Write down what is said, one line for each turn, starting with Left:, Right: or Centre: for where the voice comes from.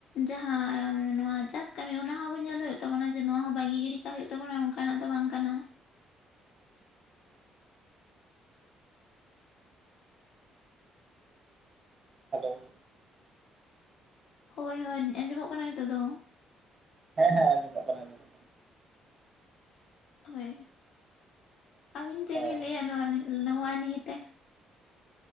Left: ᱡᱟᱦᱟᱸ ᱱᱚᱣᱟ ᱪᱟᱥ ᱠᱟᱹᱢᱤ ᱚᱱᱟ ᱦᱚᱸ ᱟᱵᱚᱱ ᱧᱮᱞ ᱦᱩᱭᱩᱜ ᱛᱟᱵᱚᱱᱟ, ᱡᱮ ᱱᱚᱣᱟ ᱦᱚᱸ ᱵᱟᱹᱜᱤ ᱜᱤᱰᱤ <unintelligible> ᱦᱩᱭᱩᱜ ᱛᱟᱵᱚᱱᱟ, ᱚᱱᱠᱟᱱᱟᱜ ᱫᱚ ᱵᱟᱝ ᱠᱟᱱᱟ ᱾
Right: ᱦᱮᱞᱳ ᱾
Left: ᱦᱳᱭ ᱦᱳᱭ ᱟᱸᱡᱚᱢᱚᱜ ᱠᱟᱱᱟ ᱱᱤᱛᱳᱜ ᱫᱚ᱾
Right: ᱦᱮᱸ ᱦᱮᱸ ᱚᱸᱡᱚᱢᱚᱜ ᱠᱟᱱᱟ <unintelligible>
Left: ᱦᱳᱭ ᱟᱵᱤᱱ ᱪᱮᱵᱤᱱ
Right: ᱚ
Left: ᱞᱟᱹᱭᱟ ᱱᱚᱣᱟ ᱞᱤ ᱱᱚᱣᱟ ᱱᱤᱭᱮ ᱛᱮ?